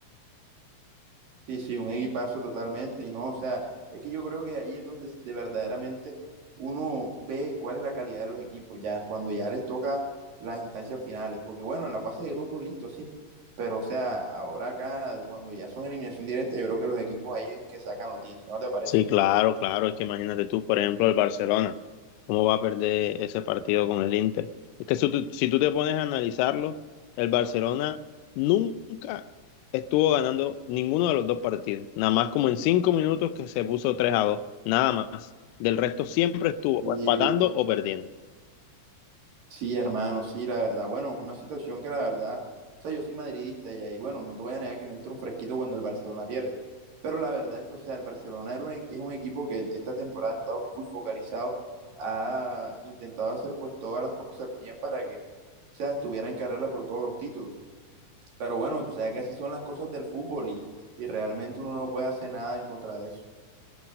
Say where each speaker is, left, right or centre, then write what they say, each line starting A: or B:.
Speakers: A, on the right; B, on the left.
A: Sí, sí, un equipazo totalmente. Y no, o sea, es que yo creo que ahí es donde de verdaderamente uno ve cuál es la calidad de los equipos, ya cuando ya les toca las instancias finales. Porque bueno, en la fase de grupos, listo, sí. Pero, o sea, ahora acá, cuando ya son eliminación directa, yo creo que los equipos ahí es que sacan los dientes, ¿no te parece?
B: Sí, claro, claro. Es que imagínate tú, por ejemplo, el Barcelona, cómo va a perder ese partido con el Inter. Es que si tú, si tú te pones a analizarlo, el Barcelona nunca estuvo ganando ninguno de los dos partidos. Nada más como en cinco minutos que se puso 3 a 2. Nada más. Del resto siempre estuvo
A: Sí,
B: o empatando o perdiendo.
A: Sí, hermano, sí, la verdad. Bueno, es una situación que la verdad, o sea, yo soy madridista y ahí, bueno, no te voy a negar que me entra un fresquito cuando el Barcelona pierde. Pero la verdad es que, o sea, el Barcelona era un e- es un equipo que esta temporada ha estado full focalizado, ha intentado hacer pues todas las cosas bien para que, o sea, estuviera en carrera por todos los títulos. Pero bueno, tú sabes que así son las cosas del fútbol y, y realmente uno no puede hacer nada en contra de eso.